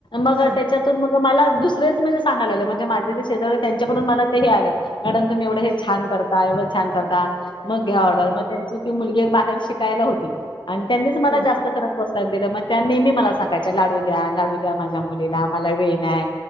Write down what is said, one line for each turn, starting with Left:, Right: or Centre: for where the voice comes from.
Left: मग
Right: हा
Left: त्याच्यातून मग मला दुसरेच म्हणजे सांगायला म्हणजे माझ शेजव त्यांच्याकडून मला ते हे आलं मॅडम तुम्हीवढ हे
Right: हा
Left: छान करता एवढे छान करता मग घ्या
Right: हा
Left: ऑर्डर मग मुली बाहेर शिकायला होती आणि लास्
Right: हा
Left: ख मग त्या नेहमी मला सांगायच्या लाडू द्या लाडू द्या माझ्या मुलीला मला वेळ आहे